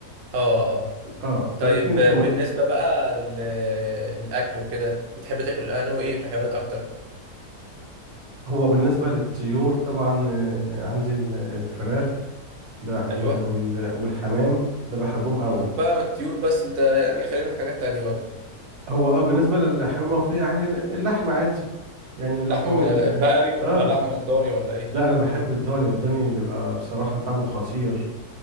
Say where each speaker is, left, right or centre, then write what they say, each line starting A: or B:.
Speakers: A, on the right (about 50°); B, on the right (about 75°).
A: اه اه اه
B: اه لكن
A: طيب
B: كم...
A: آه، بالنسبه بقى للاكل وكده بتحب تاكل انه ايه في الحيوانات اكتر
B: هو بالنسبة للطيور طبعا آه، عندي ال- الفراخ ده وال-
A: ايوه
B: والحمام ده بحبهم قوي
A: فكك بقى من الطيور بس انت يعني خلينا في حاجات تانية برضه
B: هو اه بالنسبة للحيوان المنفية يعني اللحم عادي يعني اللحوم
A: لحمه
B: ال
A: بقري ولا
B: اه
A: لحمه لضاني ولا ايه
B: لا انا بحب الضاني الضاني بيبقى بصراحة طعمه خطير